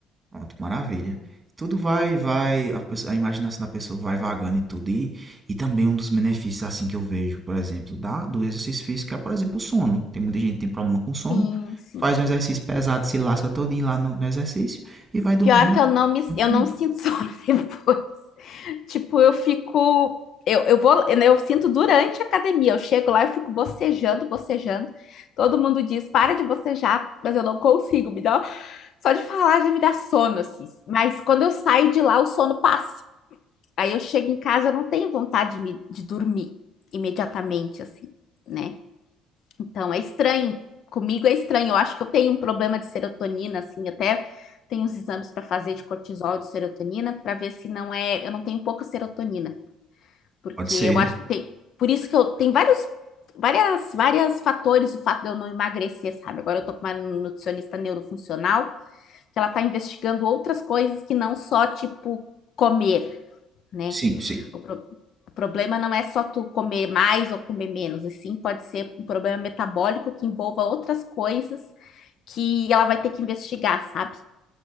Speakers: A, on the right (about 25°); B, on the left (about 60°).
A: Pronto, maravilha. Tudo vai, vai, a, pessoa- a imaginação da pessoa vai vagando e tudo. E, e também um dos benefícios, assim, que eu vejo, por exemplo, da, do exercício físico é, por exemplo, o sono. Tem muita gente que tem problema com sono,
B: Sim, sim.
A: faz um exercício
B: É.
A: pesado, se lasca todinho lá no, no exercício e vai dormir.
B: Pior que eu não me, eu
A: Hum,
B: não sinto sono <laughs> depois. Tipo, eu fico. Eu, eu vou, eu sinto durante a academia. Eu chego lá, eu fico bocejando, bocejando. Todo mundo diz, para de bocejar, mas eu não consigo. Me dá uma Só de falar já me dá sono, assim. Mas quando eu saio de lá, o sono passa. Aí eu chego em casa, eu não tenho vontade de, me- de dormir imediatamente, assim, né? Então é estranho. Comigo é estranho. Eu acho que eu tenho um problema de serotonina, assim, até tenho uns exames para fazer de cortisol e de serotonina para ver se não é. Eu não tenho pouca serotonina, porque
A: Pode ser.
B: eu acho que tem. Por isso que eu tem vários, várias, várias fatores o fato de eu não emagrecer, sabe? Agora eu tô com uma nutricionista neurofuncional que ela está investigando outras coisas que não só, tipo, comer, né?
A: Sim, sim.
B: O, pro- o problema não é só tu comer mais ou comer menos, e sim pode ser um problema metabólico que envolva outras coisas que ela vai ter que investigar, sabe?